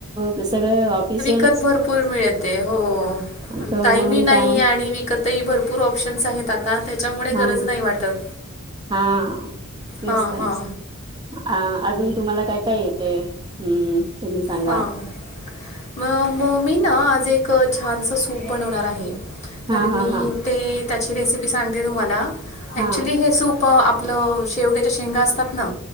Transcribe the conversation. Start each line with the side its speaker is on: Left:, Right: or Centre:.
Right: ते सगळं ऑफीस
Left: कत भरपूर मिळते हो आणी
Right: तर
Left: टाइम
Right: म्हणून
Left: ही नाही
Right: त्यामुळे
Left: आणि विकतही भरपूर ऑप्शन्स आहेत आता, त्याच्यामुळे
Right: हा
Left: गरज नाही वाटत.
Right: हा ते
Left: हां,
Right: असतं
Left: हां,
Right: ना. अ अजून तुम्हाला काय काय येते? हम्म, तुम्ही सांगा.
Left: हां. मग मी ना आज एक छानसं सूप बनवणार आहे.
Right: हा
Left: तर
Right: हा
Left: मी
Right: हा
Left: ते त्याची रेसिपी सांगते तुम्हाला. ॲक्च्युली
Right: हा
Left: हे सूप आपलं शेवग्याच्या शेंगा असतात ना,